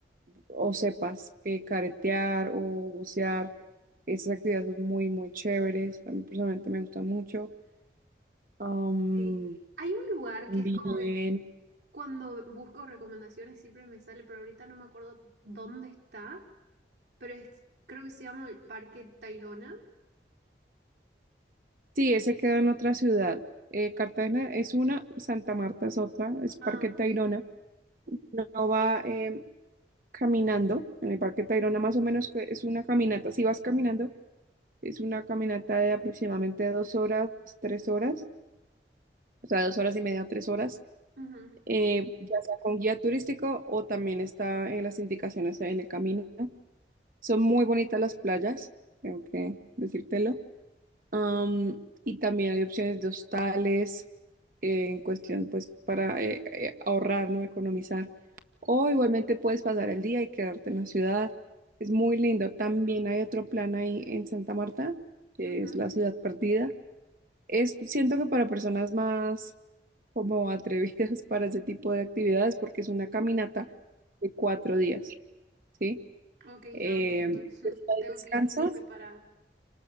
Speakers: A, on the right (about 50°); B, on the right (about 75°).
A: o sepas eh, caretear o bucear, esas actividades son muy muy chéveres, a mí personalmente me gustan mucho. Am,
B: sí. Hay un lugar
A: bien,
B: que es como que cuando busco recomendaciones siempre me sale, pero ahorita no me acuerdo dónde está, pero es, creo que se llama el Parque Tayrona.
A: sí, ese queda en otra ciudad. Eh, Cartagena es una, Santa Marta es otra, es Parque
B: Ah, ok.
A: Tayrona. No va, eh, caminando en el Parque Tayrona, más o menos que es una caminata, si vas caminando, es una caminata de aproximadamente dos horas, tres horas, o sea, dos horas y media, tres horas,
B: Ujú,
A: eh, ya sea con guía turístico o también está en las indicaciones en el camino. Son muy bonitas las playas, tengo que decírtelo. Am, y también hay opciones de hostales eh, en cuestión, pues, para eh, eh, ahorrar, ¿no? Economizar. O igualmente puedes pasar el día y quedarte en la ciudad. Es muy lindo. También hay otro plan ahí en Santa Marta, que
B: ujú.
A: es la ciudad perdida. Es, siento que para personas más como atrevidas <laughs> para ese tipo de actividades, porque es una caminata de cuatro días, ¿sí?
B: Ok,
A: Eh,
B: ah, un montón. <laughs>
A: pues, ahí
B: Tengo
A: descansas
B: que ir muy preparada.